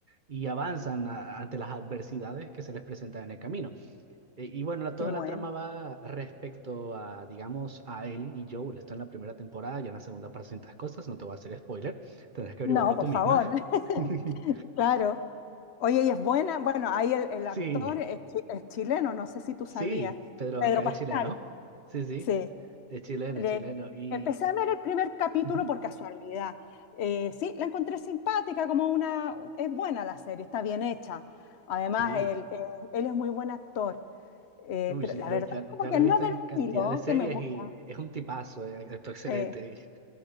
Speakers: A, on the right; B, on the left.
A: y avanzan a- ante las adversidades que se les presentan en el camino. E- y bueno, la- toda
B: Qué buena.
A: la trama va respecto a, digamos, a Ellie y Joel. Está en la primera temporada, ya en la segunda para ciertas cosas, no te voy a hacer spoiler, tendrás que
B: No,
A: averiguarlo
B: por
A: tú misma.
B: favor, <laughs>
A: <laughs>
B: claro. Oye, y es buena, bueno, ahí el, el
A: Sí,
B: actor es, chi- es chileno, no sé si tú
A: sí,
B: sabías,
A: Pedro
B: Pedro
A: Acá de
B: Pascal,
A: Chile, ¿no? Sí, sí.
B: sí.
A: Es chileno,
B: Le-
A: es chileno. Y
B: empecé a ver el primer capítulo
A: Ujú.
B: por casualidad. Eh, sí, la encontré simpática, como una... Es buena la serie, está bien hecha. Además,
A: sí,
B: él, él- él es muy buen actor, Eh,
A: uy,
B: pero
A: sí,
B: la
A: lo-
B: verdad
A: ya,
B: como
A: ya
B: que
A: lo he
B: no
A: visto
B: es del
A: en cantidad
B: estilo
A: de series
B: que me gusta.
A: y es un tipazo, eh, actúa excelente.
B: Sí.